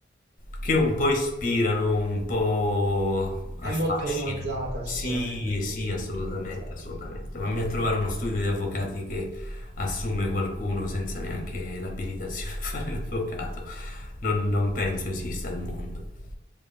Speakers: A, on the left; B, on the right.
A: che un po' ispirano, un po'
B: È
A: affascinano.
B: molto romanzata,
A: Sì,
B: sicuramente, molto,
A: sì, assolutamente,
B: molto romanzata,
A: assolutamente.
B: sì.
A: Mamma mia, a trovare uno studio di avvocati che assume qualcuno senza neanche l'abilitazione <laughs> a fare l'avvocato. Non, non penso
B: Eh sì,
A: esista al mondo.